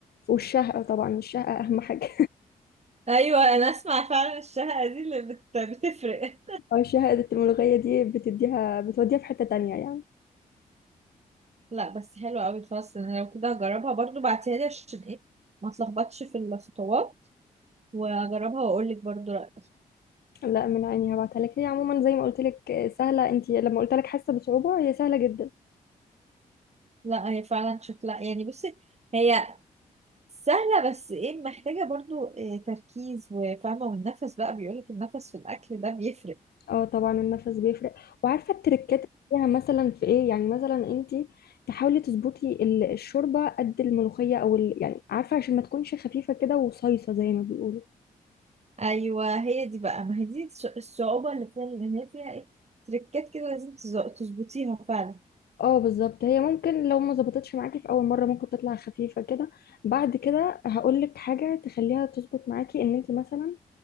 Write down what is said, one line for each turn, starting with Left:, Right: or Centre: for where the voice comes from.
Left: والشهقة طبعا الشهقة أهم حاجة
Right: ايوه انا اسمع فعلا الشهقة دي اللي بت... بتفرق
Left: <laughs> أو الشهقة الملوخية دي بتديها بتوديها في حتة تانية يعني
Right: لا بس حلو قوي خلاص انا لو كده هجربها برضو بعتيها لي عشان ايه ما اتلخبطش في الخطوات واجربها واقول لك برضو رأيي
Left: لا من عيني هبعتها لك هي عموما زي ما قلت لك سهلة انت لما قلت لك حاسة بصعوبة هي سهلة جدا
Right: لا هي فعلا شكلها يعني بصي هي سهلة بس ايه محتاجة برضو إيه تركيز وفاهمة والنفس بقى بيقولك النفس في الأكل ده بيفرق
Left: اه طبعا النفس بيفرق وعارفة التركات فيها مثلا في ايه يعني مثلا انت تحاولي تظبطي ال- الشوربة قد الملوخية او ال... يعني عارفة عشان ما تكونش خفيفة كده وصيصة زي ما بيقولوا
Right: أيوة هي دي بقى ما هي دي الص- الصعوبة اللي فيها لأن هي فيها ايه تريكات كده لازم تز- تظبطيها فعلا
Left: اه بالظبط هي ممكن لو ما ظبطتش معاكي في اول مره ممكن تطلع خفيفه كده بعد كده هقول لك حاجه تخليها تظبط معاكي ان انت مثلا